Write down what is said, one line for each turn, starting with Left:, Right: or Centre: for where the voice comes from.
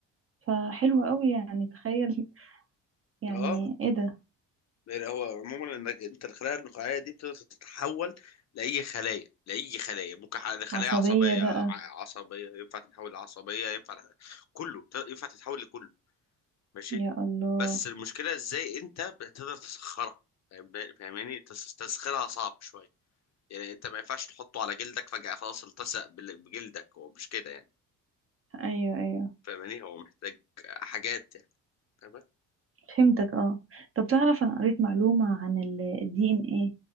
Right: فحلو قوي يعني تخيل <laughs> يعني
Left: اه
Right: ايه ده
Left: يعني هو عموما انك انت الخلايا النخاعيه دي بتقدر تتحول لاي خلايا لاي خلايا ممكن ح- خلايا
Right: عصبية
Left: عصبيه
Right: بقى
Left: ع- عصبيه ينفع تتحول لعصبيه ينفع كله ت- ينفع تتحول لكله ماشي
Right: يا الله
Left: بس المشكلة ازاي انت بتقدر تسخرها فاهم- فاهماني تس- تسخيرها صعب شوية يعني انت ما ينفعش تحطه على جلدك فجأة خلاص التصق بال- بجلدك هو مش كده يعني
Right: ايوه ايوه
Left: فاهماني هو محتاج حاجات يعني فاهمة
Right: فهمتك اه طب تعرف انا قريت معلومة عن الدي ان